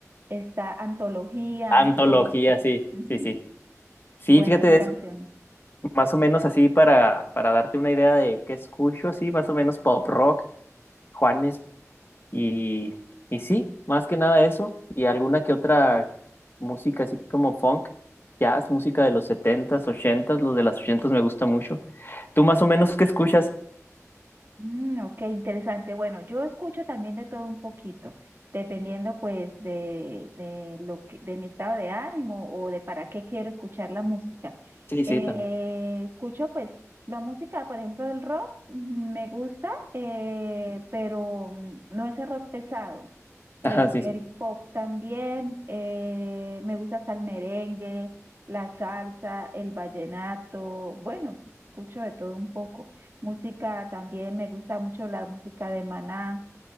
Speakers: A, on the right; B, on the left.
A: está Antología,
B: Antología,
A: bueno,
B: sí,
A: ujú,
B: sí, sí. Sí,
A: buenas
B: fíjate,
A: canciones.
B: es más o menos así para, para darte una idea de qué escucho, sí, más o menos pop rock. Juanes Y, y sí, más que nada eso, y alguna que otra música así como funk, jazz, música de los setentas ochentas los de las ochentas me gusta mucho. ¿Tú más o menos qué escuchas?
A: Mm, ok, interesante. Bueno, yo escucho también de todo un poquito, dependiendo pues de, de lo que, de mi estado de ánimo o de para qué quiero escuchar la música.
B: Sí,
A: Eh,
B: sí, también.
A: escucho pues la música, por ejemplo, el rock mm, me gusta, eh, pero mm, no ese rock pesado. Eh,
B: Ajá, sí,
A: el
B: sí.
A: pop también, eh, me gusta hasta el merengue, la salsa, el vallenato, bueno, escucho de todo un poco. Música también, me gusta mucho la música de Maná,